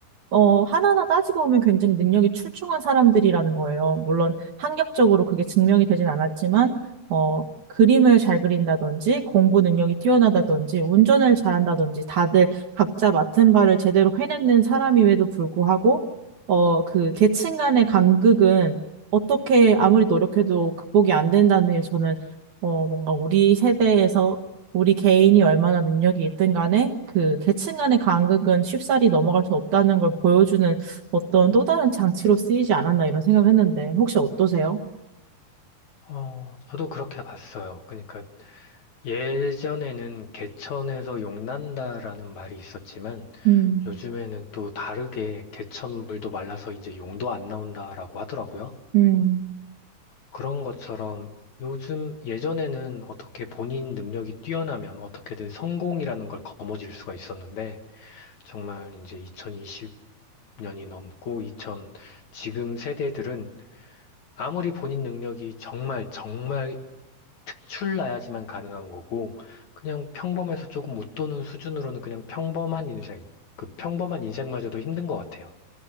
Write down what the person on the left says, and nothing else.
어, 저도 그렇게 봤어요. 그러니까 예전에는 개천에서 용난다라는 말이 있었지만
요즘에는 또 다르게 개천물도 말라서 이제 용도 안 나온다라고 하더라고요.
그런 것처럼 요즘 예전에는 어떻게 본인 능력이 뛰어나면 어떻게든 성공이라는 걸 거머쥘 수가 있었는데 정말 이제 2020년이 넘고 2000 지금 세대들은 아무리 본인 능력이 정말 정말 특출나야지만 가능한 거고 그냥 평범해서 조금 웃도는 수준으로는 그냥 평범한 인생 그 평범한 인생마저도 힘든 것 같아요.